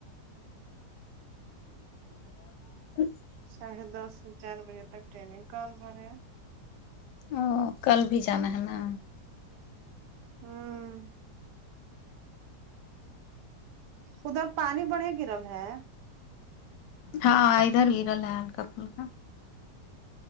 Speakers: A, on the left; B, on the right.
A: <inaudible>
B: ساڑھے دس سے چار بجے تک ٹرینگ کال ہورہے ہے
A: او کل بھی جانا ہے ناں
B: ہوں ادھر پانی بڑھیا گرل ہے
A: ہاں ادھر ہیرل ہے ہلکا پھلکا